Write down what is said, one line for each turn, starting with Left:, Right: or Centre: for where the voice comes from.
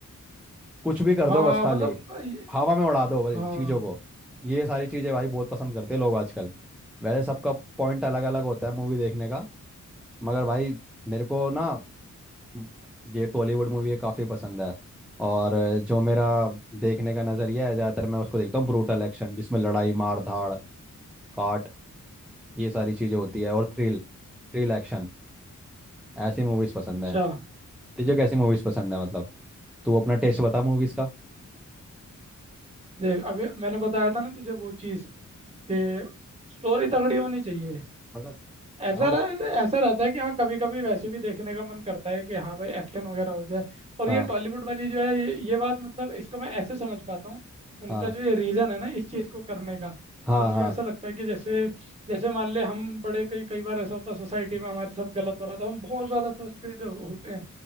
Centre: कुछ भी कर
Right: हाँ
Centre: दो बस खाली
Right: मतलब ये-
Centre: हवा में उड़ा दो भाई
Right: हाँ
Centre: चीज़ों को ये सारी चीज़ें भाई बहुत पसंद करते हैं लोग आजकल वैसे सबका पॉइंट अलग अलग होता है मूवी देखने का मगर भाई मेरे को ना म- ये टॉलीवुड मूवी काफ़ी पसंद है और जो मेरा देखने का नज़रिया है ज़्यादातर मैं उसको देखता हूँ ब्रूटल एक्शन जिसमें लड़ाई मार धाड़ काट ये सारी चीज़ें होती है और थ्रिल थ्रिल एक्शन ऐसी मूवीज़ पसंद है
Right: अच्छा
Centre: तुझे कैसी मूवीज़ पसंद है मतलब तू अपना टेस्ट बता मूवीज़ का
Right: देख अभी मैंने बताया था ना तुझे वो चीज़ कि स्टोरी तगड़ी होनी चाहिए
Centre: मतलब
Right: ऐसा
Centre: हाँ
Right: रह, ऐसा रहता है कि हाँ कभी कभी वैसे भी देखने का मन करता है कि हाँ भाई एक्शन वगैरह हो जाए और
Centre: हाँ
Right: ये टॉलीवुड वाली जो है ये, ये बात मतलब इसको मैं ऐसे समझ पाता हूँ उनका
Centre: हाँ
Right: जो ये रीज़न है ना इस चीज़ को करने का
Centre: हाँ
Right: वो मुझे
Centre: हाँ
Right: ऐसा लगता है कि जैसे जैसे मान ले हम बड़े कई कई बार ऐसा होता है सोसाइटी में हमारे साथ गलत हो रहा था हम बहुत ज़्यादा फ्रस्ट्रेटेड होते हैं